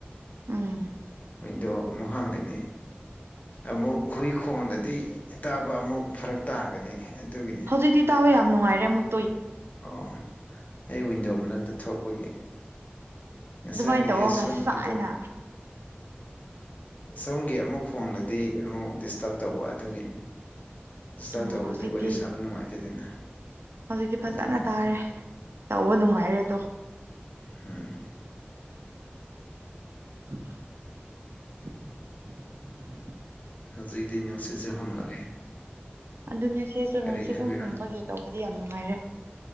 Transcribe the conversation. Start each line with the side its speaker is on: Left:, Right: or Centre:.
Right: ꯎꯝ
Left: ꯋꯤꯟꯗꯣ ꯑꯃꯨꯛ ꯍꯥꯡꯗꯣꯏꯅꯦ ꯑꯃꯨꯛ ꯍꯨꯏ ꯈꯣꯡꯂꯥꯗꯤ ꯇꯥꯕ ꯑꯃꯨꯛ ꯐꯔꯛ ꯇꯥꯒꯅꯤ ꯑꯗꯨꯒꯤꯅꯤ
Right: ꯍꯧꯖꯤꯛꯇꯤ ꯇꯥꯕ ꯌꯥꯝ ꯅꯨꯡꯉꯥꯏꯔꯦ ꯑꯃꯨꯛ
Left: ꯑꯣ ꯑꯩ ꯋꯤꯟꯗꯣ ꯃꯅꯥꯛꯇ ꯊꯣꯛꯄꯒꯤ ꯉꯁꯥꯏꯒꯤꯗꯤ
Right: ꯑꯗꯨꯃꯥꯏꯅ ꯇꯧ
Left: ꯑꯁꯣꯝꯒꯤꯗꯣ
Right: ꯉꯥꯁꯥꯏꯅꯥ
Left: ꯁꯣꯝꯒꯤ ꯑꯃꯨꯛ ꯈꯣꯡꯅꯗꯤ ꯑꯃꯨꯛ ꯗꯤꯁꯇꯔꯕ ꯇꯧꯕ ꯑꯗꯨꯒꯤꯅꯤ ꯏꯁꯗꯤꯁꯇꯥꯞ
Right: ꯎꯝ
Left: ꯇꯧꯕꯁꯦ
Right: ꯍꯧꯖꯤꯛꯇꯤ
Left: ꯋꯥꯔꯤ ꯁꯥꯕ ꯅꯨꯡꯉꯥꯏꯇꯦꯗꯅ
Right: ꯍꯧꯖꯤꯛꯇꯤ
Left: ꯑꯗꯨꯒꯤꯅꯤꯗ
Right: ꯐꯖꯅ ꯇꯥꯔꯦ ꯇꯧꯕ ꯅꯨꯡꯉꯥꯏꯔꯦꯗꯣ
Left: ꯍꯣꯏ
Right: ꯍꯨ
Left: ꯍꯧꯖꯤꯛꯇꯤ ꯅꯨꯡꯁꯤꯠꯁꯨ ꯍꯨꯝꯂꯛ ꯑ
Right: ꯑꯗꯨꯅꯦ ꯁꯤꯁꯨ ꯅꯨꯡꯁꯤꯠ
Left: ꯍꯥꯏꯕꯤꯔꯣ
Right: ꯑꯗꯨꯝ ꯍꯨꯝꯕꯒꯤ ꯇꯧꯕꯗꯤ ꯌꯥꯝ ꯅꯨꯡꯉꯥꯏꯔꯦ